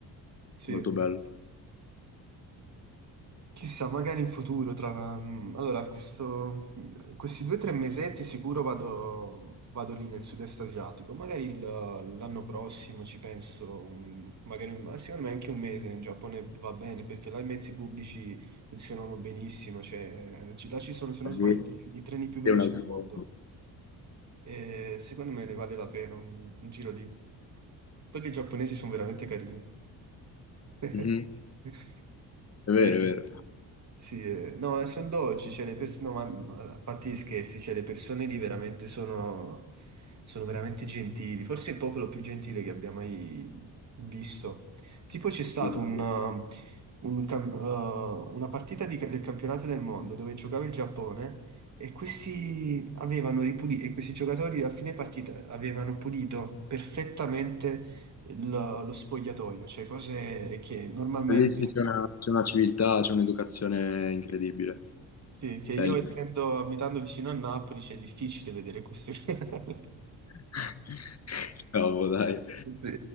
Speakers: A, on the right; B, on the left.
A: Sì.
B: molto bello.
A: Chissà, magari in futuro, tra... allora, questo- questi due o tre mesetti sicuro vado, vado lì nel sud-est asiatico, magari il- l'anno prossimo ci penso, un- magari, ma secondo me anche un mese in Giappone va bene, perché là i mezzi pubblici funzionano benissimo, cioè, ci- là ci sono, se non sbaglio,
B: Lì
A: i treni più veloci
B: È un altro...
A: al mondo, e secondo me ne vale la pena un, un giro lì. Poi i giapponesi sono veramente carini. <laughs>
B: Mhm, È vero,
A: E-
B: è vero.
A: Sì, eh, no, sono dolci, cioè le persone, no, ma a parte gli scherzi, cioè le persone lì veramente sono, sono veramente gentili, forse il popolo più gentile che abbia mai visto. Tipo c'è stato
B: Lì
A: un, uh, un cam- uh, una partita di ca- del campionato del mondo dove giocava il Giappone e questi avevano ripulito, e questi giocatori a fine partita avevano pulito perfettamente il- lo sfogliatoio, cioè cose che Mm. normalmente
B: sì, c'è una, c'è una civiltà, c'è un'educazione incredibile.
A: Sì, che
B: Cioè,
A: io
B: lì-
A: essendo abitando vicino a Napoli c'è difficile vedere queste cose. <laughs>
B: <laughs> Cavolo, dai.
A: Sì.